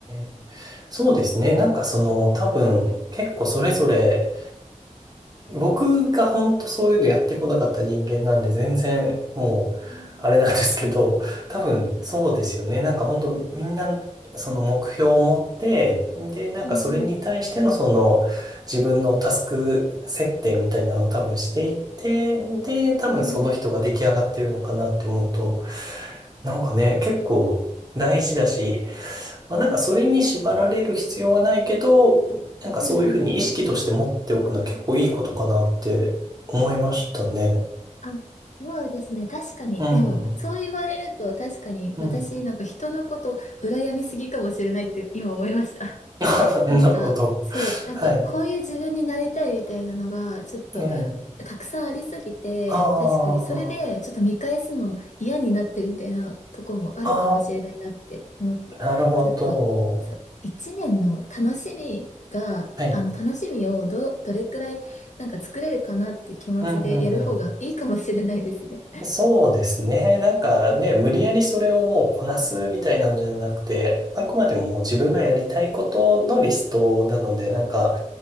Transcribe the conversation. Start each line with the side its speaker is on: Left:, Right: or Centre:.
Right: え、そうですね。なんかその、多分、結構それぞれ僕が本当そういうのやってこなかった人間なんで全然もうあれなんですけど、
Left: うん
Right: 多分そうですよね。なんか本当みんなその目標を持って、で、なんかそれに対してのその自分のタスク設定みたいなのを多分していって、
Left: うん
Right: で、多分その人が出来上がってるのかなって思うと、
Left: うんうん
Right: なんかね、結構大事だし、まあ、なんかそれに縛られる必要はないけど、なんかそういうふうに意識として持っておくのは結構いいことかなって思いましたね。
Left: うんうん。あ、そうですね。確かに。
Right: うん。
Left: でも、そう言われると、確かに私、
Right: うん。
Left: なんか人のこと、羨みすぎかもしれないって今思いました。
Right: <laughs>
Left: なんか、
Right: なるほど。
Left: そう、なんか、
Right: はい。
Left: こういう自分になりたいみたいなのが、ちょっと、
Right: うん。
Left: たくさんありすぎて、
Right: ああ、
Left: 確かに、それで、ちょっと見返すの嫌になってるみたいなとこもあるかもしれないなって思って、
Right: ああ、なるほど。
Left: ちょっと、そう、一年の楽しみが、
Right: はい。
Left: あの、楽しみをど、どれくらい、なんか作れるかなって気持ちでやる方がいいかもしれないですね。
Right: うんうんうん。そうですね。なんかね、無理やりそれをもうこなすみたいなのじゃなくて、あくまでももう自分がやりたいことのリストなので、なんか